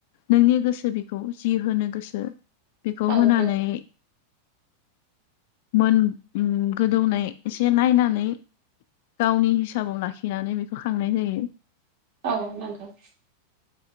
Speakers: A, on the left; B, on the right.
A: नोंनि गोसो बेखौ जि होनो गोसो बेखौ
B: औ
A: होनानै
B: नंगौ
A: मोन ओम गोदौनाय एसे नायनानै गावनि हिसाबाव लाखिनानै बेखौ खांनाय जायो।
B: औ नंगौ।